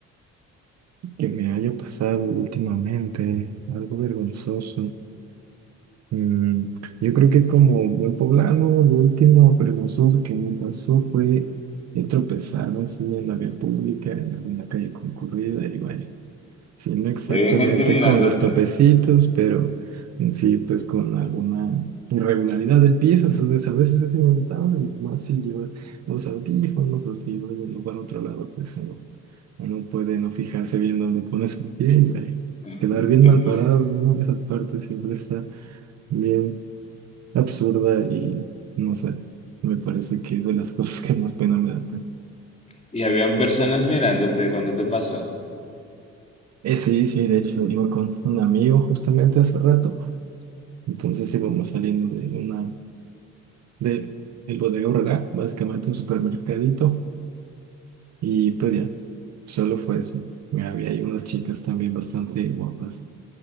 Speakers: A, on the right (about 60°); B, on the left (about 20°).
A: que me haya pasado últimamente, algo vergonzoso. Mm, yo creo que como buen poblano, lo último vergonzoso que me pasó fue el tropezarme así en la vía pública, en alguna calle concurrida, y vaya, sí, no exactamente
B: Y había gente mirándote.
A: con los topecitos, pero en sí, pues con alguna irregularidad del piso, entonces a veces es inevitable, y más si llevas los audífonos o si vas de un lugar a otro lado, pues no uno puede no fijarse bien dónde pone su pie y ay,
B: <laughs>
A: quedar bien mal parado, ¿no? Esa parte siempre está bien absurda y no sé, me parece que es de las cosas que más pena me dan.
B: Y habían personas mirándote cuando te pasó.
A: Eh, sí, sí, de hecho iba con un amigo justamente hace rato. Entonces íbamos saliendo de una, de el Bodega Aurrerá, básicamente un supermercadito, y pues ya, solo fue eso. Había ahí unas chicas también bastante guapas.